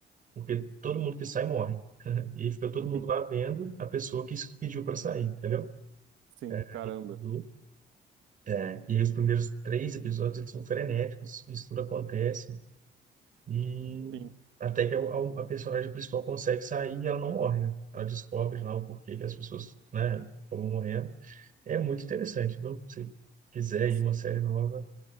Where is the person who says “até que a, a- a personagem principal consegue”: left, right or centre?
Right